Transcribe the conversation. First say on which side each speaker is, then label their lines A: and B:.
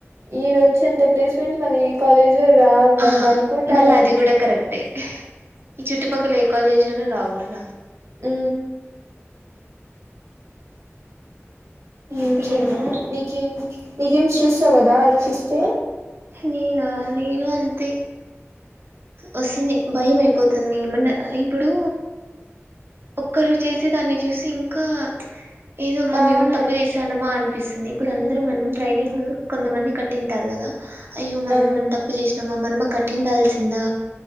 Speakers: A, on the right; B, on the right.
A: ఈడ ఒచ్చేంత ప్లేస్మెంట్స్ మళ ఏ కాలేజ్ లో రావ్ మనం
B: ఆ
A: అనుకుంటానమ్మి
B: మళ్ళా అది కూడా కరెక్టే ఈ చుట్టుపక్కల ఏ కాలేజ్ లోను రావ్ మళ్ళ
A: ఊ ఏం చేయను
B: ఏమో
A: నీకేం నీకేం స్ట్రెస్ అవ్వదా ఆలోచిస్తే
B: నీనా నీను అంతే వస్తుంది భయం అయిపోతుంది ఏమన్న ఇప్పుడు ఒక్కరు చేసి దాన్ని చూసి ఇంకా ఏదో మనం
A: అవును
B: ఏమైనా తప్పు చేశానమా అ అనిపిస్తుంది ఇప్పుడు
A: ఉమ్
B: అందరు మనం
A: ఉమ్
B: ట్రైనింగ్ కొంతమంది కట్టింటారు కదా అయ్యో మనమ
A: ఆ
B: ఏమన్నా తప్పు చేసినామా మనమా కట్టిండాల్సిందా